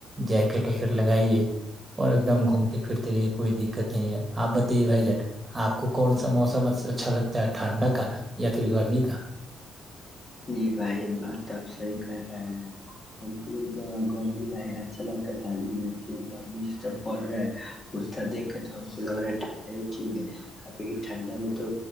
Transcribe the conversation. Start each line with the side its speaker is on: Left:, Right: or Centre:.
Right: جیکٹ وکٹ لگائیے اور ایک دم گھومتے پھرتے رہیے کوئی دقت نہیں ہے آپ بتائیے بھائی جان <inaudible> آپ کو کون سا موسم اچھا لگتا ہے ٹھنڈا کا یا پھر گرمی کا <unintelligible>
Left: جی بھائی بات توب صحی کر رہے ہم کو گرمی اچھا لگتا تھا لیکن اب گرمی جسرح پڑ رہا ہے اسح دیکھ کے تو ہم کو لگ رہا ہے ٹھنڈا ہی ٹھیک ہے کبھی ٹھنڈا میں تو